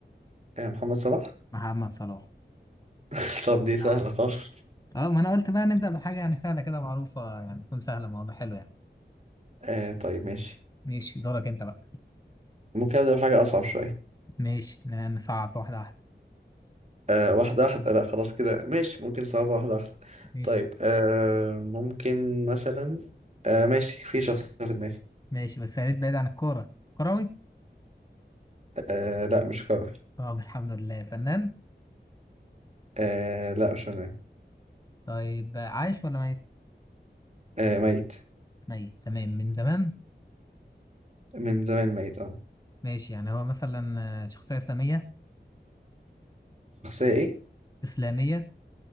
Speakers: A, on the right (about 40°); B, on the left (about 20°).
A: آه محمد صلاح
B: محمد صلاح
A: <laughs> طب دي
B: لا.
A: سهلة خالص
B: اه ما انا قلت بقى نبدأ بحاجة يعني سهلة كده معروفة يعني تكون سهلة الموضوع حلو يعني
A: آه طيب ماشي
B: ماشي دورك انت بقى
A: ممكن أبدأ بحاجة أصعب شوية
B: ماشي ن- نصعب واحدة واحدة
A: آه واحدة واحدة لا خلاص كده ماشي ممكن صعبة واحدة واحدة
B: ماشي
A: طيب آه ممكن مثلا آه ماشي في شخص في دماغي
B: ماشي بس يا ريت بعيد عن الكورة كروي
A: آه لا مش كروي
B: طب الحمد لله فنان
A: آه لا مش فنان
B: طيب آه، عايش ولا ميت
A: آه ميت
B: ميت تمام من زمان
A: من زمان ميت اه
B: ماشي يعني هو مثلا آه، شخصية إسلامية
A: الشخصية ايه؟
B: إسلامية